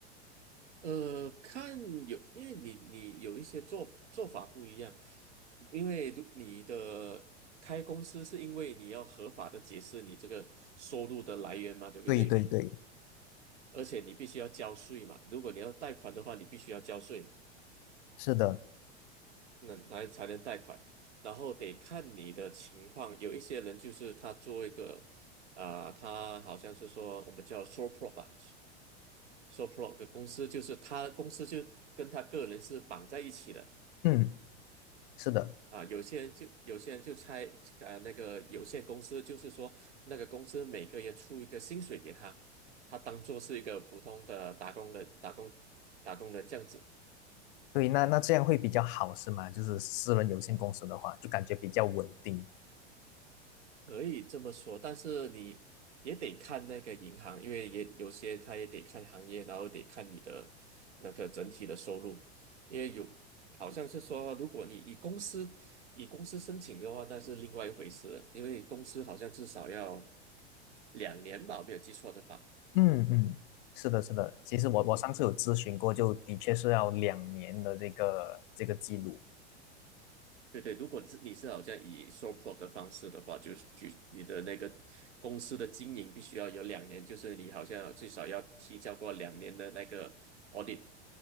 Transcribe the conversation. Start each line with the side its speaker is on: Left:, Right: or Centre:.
Right: 呃，看有，因为你你有一些做做法不一样，因为如你的开公司是因为你要合法的解释你这个收入的来源嘛，对不对？
Left: 对对对，
Right: 而且你必须要交税嘛，如果你要贷款的话，你必须要交税，
Left: 是的，
Right: 那来才能贷款。然后得看你的情况，有一些人就是他做一个啊、他好像是说我们叫 sole prop 吧，sole p r o 的公司，就是他公司就跟他个人是绑在一起的。
Left: 嗯，是的。
Right: 啊，有些人就有些人就猜，呃那个有限公司，就是说那个公司每个月出一个薪水给他，他当做是一个普通的打工人，打工打工人这样子。
Left: 对，那那这样会比较好，是吗？就是私人有限公司的话，就感觉比较稳定。
Right: 可以这么说，但是你也得看那个银行，因为也有些他也得看行业，然后得看你的那个整体的收入，因为有好像是说，如果你以公司以公司申请的话，那是另外一回事了因为公司好像至少要两年吧，我没有记错的话，
Left: 嗯嗯，是的，是的。其实我我上次有咨询过，
Right: 嗯，
Left: 就的确是要两年的这个这个记录。
Right: 对对，如果是你是好像以 s o p r 的方式的话，就是举你的那个公司的经营必须要有两年，就是你好像最少要提交过两年的那个 audit。